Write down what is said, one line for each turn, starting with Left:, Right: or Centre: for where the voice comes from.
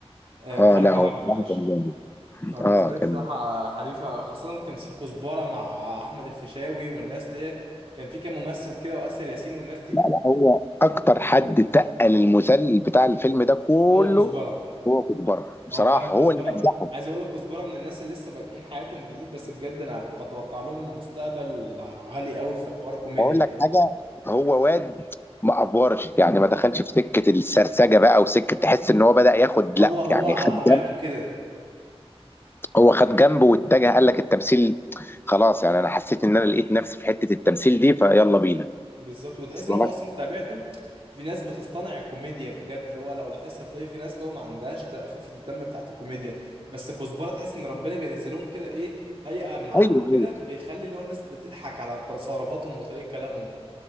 Right: آه،
Left: اه
Right: من حريفه
Left: لا هو
Right: واحد
Left: بصراحه
Right: معلش
Left: كان جامد
Right: فبالنسبه
Left: اه
Right: لي
Left: كان
Right: بصراحه آه، حريفه خاصه تمثيل كزبره مع احمد الفيشاوي والناس ليه كان في كام ممثل كده واسر ياسين والناس دي
Left: لا لا هو اكتر حد تقل المسلسل بتاع الفيلم ده كله
Right: هو كزبره
Left: هو كزبره بصراحه
Right: هو فعلا كزبره
Left: هو اللي نجحه
Right: عايز اقول لك كزبره من الناس اللي لسه بادئين حياتهم جديد بس بجد انا بتوقع لهم مستقبل عالي قوي في حوار الكوميديا
Left: اقول
Right: ده
Left: لك حاجه هو واد ما افورش يعني ما دخلش في سكه السرسجه بقى وسكه تحس ان هو بدا ياخد
Right: هو
Left: لا
Right: هو
Left: يعني
Right: على
Left: خد
Right: طبيعته كده
Left: هو خد جنبه واتجه قال لك التمثيل خلاص يعني انا حسيت ان انا لقيت نفسي في حته التمثيل دي فيلا بينا
Right: بالظبط وتحس
Left: أصل
Right: ان هو اصلا
Left: أنا-
Right: تابعته في ناس بتصطنع الكوميديا بجد اللي هو لو لاحظت هتلاقي في ناس لو ما عندهاش ده خفة الدم بتاعت الكوميديا بس كزبرة تحس ان ربنا بينزلهم كده ايه هيئة من عنده
Left: ايوه
Right: كده
Left: ايوه
Right: بيخلي اللي هو الناس بتضحك على تصرفاتهم وطريقة كلامهم